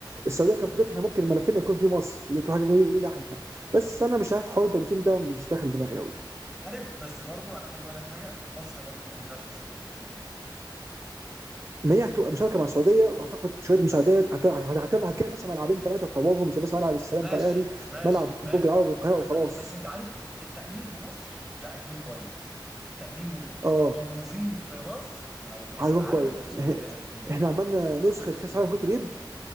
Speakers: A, on the right; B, in the centre.
A: السعوديه كانت
B: امم
A: بتقول احنا ممكن ملفنا يكون في مصر ودي تبقى حاجه جميله لينا احنا بس انا مش عارف حوار الدولتين ده مش داخل دماغي قوي
B: عارف بس برضو انا احب اقول لك حاجه مصر برضو ما ينفعش تستضيف كاس العالم
A: ما هي هتبقى مشاركه مع السعوديه وهتاخد شويه مساعدات هت- هت- هتبقى هتجيب مثلا ملعبين ثلاثه تطورهم زي مثلا ملعب السلام
B: ماشي
A: بتاع الاهلي
B: ماشي
A: ملعب
B: ماشي
A: برج العرب والقاهره
B: وانت
A: وخلاص
B: بس انت عارف التأمين في مصر لا هيكون كويس التأمين والتنظيم
A: اه
B: في مصر لو لكأس
A: هيكون
B: العالم
A: كويس
B: اقسم
A: إح-
B: بالله لا هيكون جامد
A: احنا عملنا نسخه
B: اقسم
A: كاس عالم
B: بالله
A: كره اليد